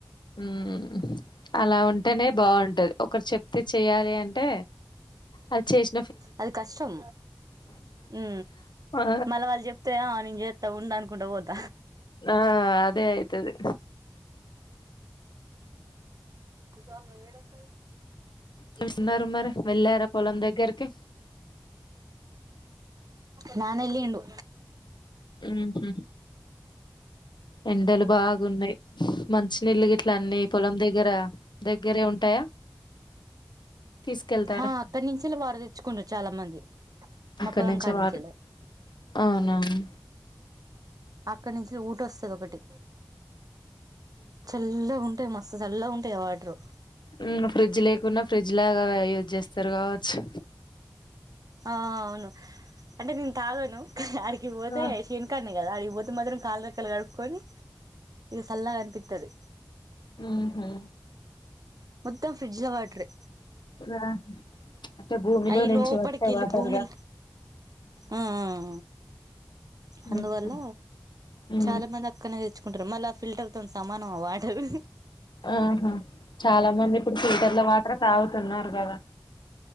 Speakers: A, on the left (about 85°); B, on the right (about 55°).
A: ఉహు అలా ఉంటేనే బాగుంటది ఒకరు చెప్తే చెయాలి అంటే అది చేసి
B: అది కష్టం ఉ
A: ఆ
B: మళ్ళా వాళ్ళు చెప్పితే నేను ఉంద అనుకుంట పోద్దు
A: ఆ అదే అయతుది
B: బాగా వేడి అత్తది
A: చస్తున్నారా మరి వెళ్ళారా పొలం దగ్గరకి
B: నాన్న ఎలిండు
A: ఉహు ఎండలు బాగున్నాయి మంచ నీళ్లు గీట్ల అన్నీ పొలం దగ్గర దగ్గరే ఉంటాయా తీసుకెళ్తారా
B: ఆ అక్కడి నుంచే వాటరు తెచ్చుకుంటారు చాలా మంది మా
A: అక్కడ
B: పొలం
A: నుంచే
B: కాడి
A: వాటరు
B: నుంచెల్లి
A: అవునవును
B: అక్కడి నుంచి ఊట వస్తది ఒకటి చల్లగా అంటే మస్తు మెల్లగా ఉంటాయి వాటర్
A: ఉమ్ ఫ్రిడ్జ్ లేకున్నా ఫ్రిడ్జ్ లాగా యూజ్ చేస్తారు కావచ్చు
B: ఆ అవును అంటే నేను తాగాను అడికి పోతే
A: ఆ
B: చేను కానే వాడికి పోతే మాత్రం కాలు రెక్కలు కట్టుకొని సల్లగా అనిపితది
A: ఉ హు
B: మొత్తం ఫ్రిడ్జ్ లో వాటర్
A: ఆ అంటే భూమిలో
B: అవి
A: నుంచి
B: లోపల
A: వచ్చే వాటర్గా
B: భూమిల ఆ ఆ ఆ అందువల్ల
A: ఉహు. ఉమ్
B: చాలా మంది అక్కనే తెచ్చుకుంటారు మళ్ళీ ఫిల్టర్ తో సా అమ్మ వాటరు
A: ఆహా చాలా మంది ఇప్పుడు ఫిల్టర్ల వాటర్ తాగుతున్నారు కదా